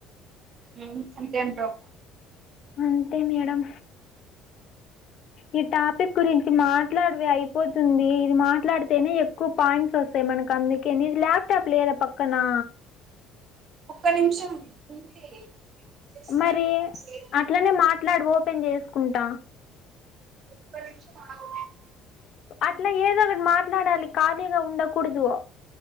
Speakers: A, on the right (about 30°); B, on the left (about 45°).
A: హ అంతే అంటావ్
B: అంతే మేడం ఈ టాపిక్ గురించి మాట్లాడవవె అయిపోతుంది ఇది మాట్లాడితేనే ఎక్కువ పాయింట్స్ వస్తాయి మనకు అందుకేని ఇది క్ ట్ట లేద పక్కనా
A: ఒక్క నిమిషం ఉంది చేస్తాను
B: మరి
A: సేవ్
B: అట్లనే మాట్లాడు ఓపెన్ చేసుకుంటా
A: ఒక్కనిమిషం ఆగు
B: అట్లా ఏదో ఒకటి మాట్లాడాలి ఖాళీగా ఉండకూడదు